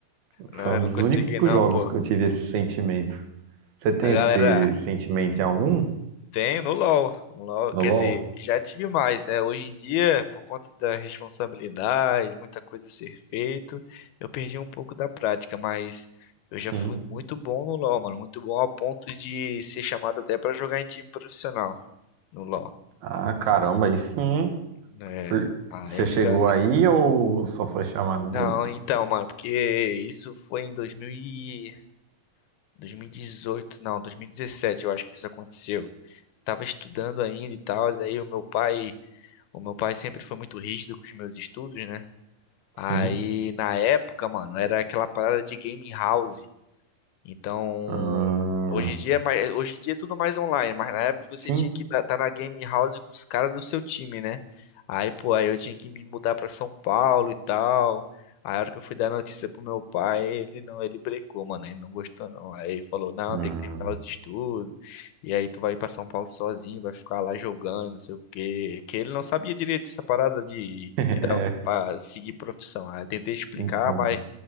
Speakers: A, on the right (about 75°); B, on the left (about 80°).
A: Foi
B: Não,
A: um
B: eu
A: dos
B: não consegui
A: únicos
B: não,
A: jogos
B: pô.
A: que eu tive esse sentimento. Você tem
B: A galera,
A: esse sentimento em algum?
B: Tenho no LoL. No LoL,
A: No
B: quer
A: LoL?
B: dizer, já tive mais, né? Hoje em dia, por conta da responsabilidade, muita coisa a ser feito, eu perdi um pouco da prática, mas eu já
A: Sim.
B: fui muito bom no LoL, mano, muito bom a ponto de ser chamado até pra jogar em time profissional no LoL.
A: Ah, caramba, aí sim, hein?
B: né?
A: Por-
B: ah,
A: Você
B: eu
A: chegou
B: me garanto.
A: aí ou só foi chamado
B: Não,
A: mesmo?
B: então, mano, porque isso foi em 2000 e- 2018, não, 2017, eu acho que isso aconteceu. Tava estudando ainda e tal, aí o meu pai O meu pai sempre foi muito rígido com os meus estudos, né? Aí,
A: Sim.
B: na época, mano, era aquela parada de game house. Então,
A: Ah,
B: hoje em dia, é mais- hoje em dia é tudo mais online, mas na época você
A: sim.
B: tinha que estar na game house com os caras do seu time, né? Aí, pô, aí eu tinha que me mudar pra São Paulo e tal. Aí, a hora que eu fui dar notícia pro meu pai, ele não, ele brecou, mano, ele não gostou não. Aí ele falou: "Não,
A: Hum.
B: tem que terminar os estudos. E aí tu vai pra São Paulo sozinho, vai ficar lá jogando, não sei o quê". Que ele não sabia direito essa parada de
A: <laughs> É,
B: que dava pra seguir profissão. Aí eu tentei explicar,
A: então.
B: mas,